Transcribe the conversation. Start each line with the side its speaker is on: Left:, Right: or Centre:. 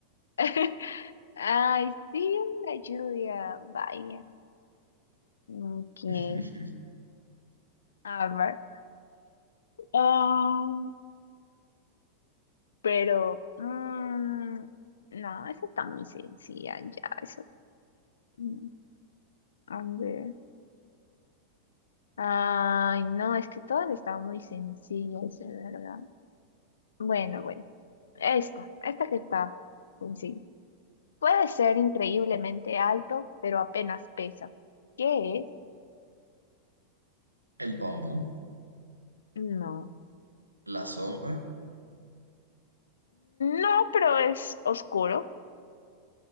Left: <laughs> Ay, sí, la Julia, vaya. Ok,
Right: <laughs>
Left: a ver. Ah, pero, mm, no, eso está muy sencilla, ya, eso. mm, A ver. Ay, no, es que todas están muy sencillas, de verdad. Bueno, bueno, esta, esta que está sencilla. Puede ser increíblemente alto, pero apenas pesa. ¿Qué es?
Right: El bambú,
Left: No.
Right: la sombra.
Left: No, pero es oscuro.